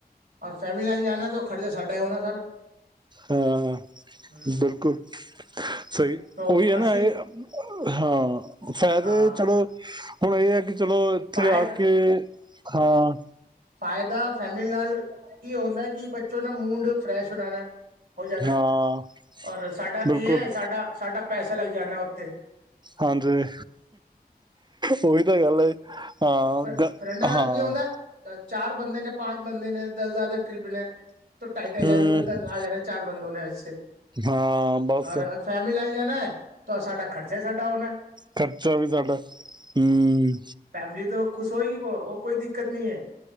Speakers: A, on the right (about 85°); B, on the right (about 25°).
A: ਫੈਮਿਲੀ ਨਾਲ ਜਾਣਾ ਤਾਂ ਉਹ ਖਰਚਾ ਸਾਡਾ ਹੀ ਹੋਣਾ ਸਾਰਾ।
B: ਹਾਂ
A: ਹਮ
B: ਬਿਲਕੁਲ ਸਹੀ
A: ਤੋ
B: ਉਹੀ ਹੈ ਨਾ
A: ਅਸੀਂ
B: ਇਹ ਹਾਂ ਫਾਇਦੇ
A: ਹਾਂ
B: ਚਲੋ ਹੁਣ ਇਹ ਹੈ ਕਿ ਚਲੋ ਇੱਥੇ
A: ਫਾਇਦਾ
B: ਆ ਕੇ ਹਾਂ
A: ਫ਼ਾਇਦਾ ਫੈਮਿਲ ਨਾਲ ਕੀ ਹੁੰਂਦਾ ਕਿ ਬੱਚੋਂ ਮੂਂਡ ਫਰੈਸ਼ ਹੋ ਜਾਨਾ ਹੈ। ਹੋ ਜਾਣਾ
B: ਹਾਂ
A: ਹੇ। ਔਰ ਸਾਡਾ ਕੀ
B: ਬਿਲਕੁਲ
A: ਹੈ ਸਾਡਾ ਸਾਡਾ ਪੈਸਾ ਲੱਗ ਜਾਣਾ ਉੱਥੇ।
B: ਹਾਂਜੀ ਉਹੀ ਤਾਂ ਗੱਲ ਹੇ। ਹਾਂ
A: ਫ
B: ਗ
A: ਫਰੈਂਡਾਂ ਨਾਲ
B: ਹਾਂ
A: ਕੀ ਹੁੰਦਾ ਚਾਰ ਬੰਦੇ ਨੇ, ਪਾੰਚ ਬੰਦੇ ਨੇ, ਦਸ ਹਜਾਰ ਟ੍ਰਿਪ ਨੇ, ਢਾਈ ਢਾਈ ਹਜ਼ਾਰ
B: ਹੂੰ
A: ਰੁਪਏ ਤੱਕ ਆ ਜਾਣਾ ਚਾਰ ਬੰਦੋ ਨੇ ਛ
B: ਹਾਂ ਬਸ
A: ਔਰ ਫੈਮਲੀ ਨਾਲ ਜਾਣਾ ਹੈ। ਤਾਂ ਸਾਡਾ ਖਰਚਾ ਸਾਡਾ ਹੋਣਾ ਹੈ।
B: ਖ਼ਰਚਾ ਵੀ ਸਾਡਾ। ਹੂੰ
A: ਫੈਮਲੀ ਤੋਂ ਖੁਸ਼ ਹੋਏਗੀ ਉਹ ਕੋਈ ਦਿੱਕਤ ਨਹੀਂ ਹੈ,